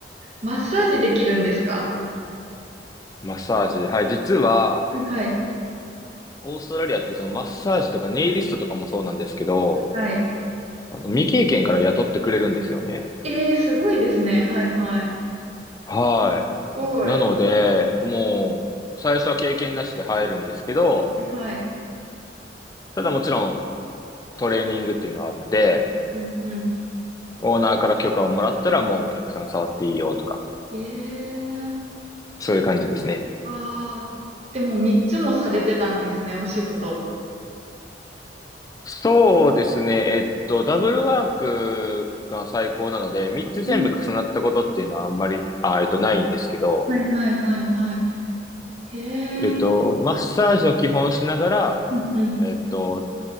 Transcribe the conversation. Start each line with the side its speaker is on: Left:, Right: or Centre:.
Right: マッサージできるんですか
Left: マッサージ。はい。実は、
Right: はいはい。
Left: オーストラリアってそのマッサージとかネイリストとかもそうなんですけど、
Right: はい。
Left: あの、未経験から雇ってくれるんですよね。
Right: ええすごいですね。はいはい。す
Left: はい。
Right: ごい。
Left: なので、
Right: は
Left: もう、最初は経験なしで入るんですけど、
Right: いはい。
Left: ただもちろん、トレーニングっていうのはあって、
Right: うんうん。
Left: オーナーから許可をもらったらもうお客さん触っていいよとか、
Right: ええ
Left: そういう感じですね。
Right: わあ。でも3つもされてたんですね、お仕事。
Left: そうですね。えっと、ダブルワークが最高なので、3つ全部重なったことっていうのはあんまり、
Right: うん
Left: あ、えっと、ないんですけど、
Right: はいはいはいはい。へえ。
Left: えっと、マッサージを基本しながら、
Right: うんうん。
Left: えっと、